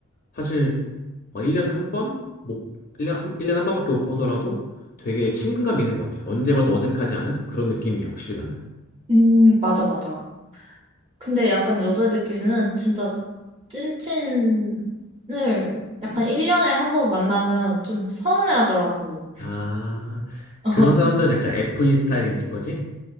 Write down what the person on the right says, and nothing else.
음, 맞아, 맞아. 근데 약간 여자애들끼리는 진짜 찐친을 약간 1년에 한 번 만나면 좀 서운해하더라고.
<laughs>